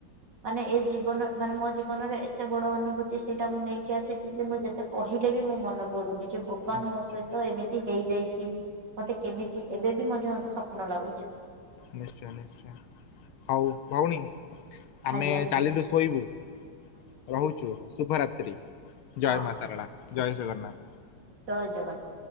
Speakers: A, on the right (about 55°); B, on the left (about 85°).
A: ମାନେ ଏ ଜୀବନ ମାନେ ମୋ ଜୀବନରେ ଏତେ ବଡ଼ ଅନୁଭୂତି ସେଇଟା ମୁଁ ନେଇକି ଆସିଛି ଯେ ମୁଁ ଯେତେ କହିଲେ ବି ମୋ ମନ ଭରୁନି ଯେ ଭଗବାନ
B: ନିଶ୍ଚୟ
A: ମୋ ସହିତ ଏମିତି ହେଇଯାଇଛି ମତେ କେମିତି ଏବେ ବି ମଧ୍ୟ ମତେ ସ୍ୱପ୍ନ ଲାଗୁଛି।
B: ନିଶ୍ଚୟ ନିଶ୍ଚୟ ହଉ ଭଉଣୀ ଆମେ
A: ଆଜ୍ଞା
B: ଚାଲିଲୁ ଶୋଇବୁ ରହୁଛୁ ଶୁଭରାତ୍ରି ଜୟ
A: ହଁ
B: ମା ସାରଳା ଜୟ ଜଗନ୍ନାଥ।
A: ଜୟ ଜଗନ୍ନା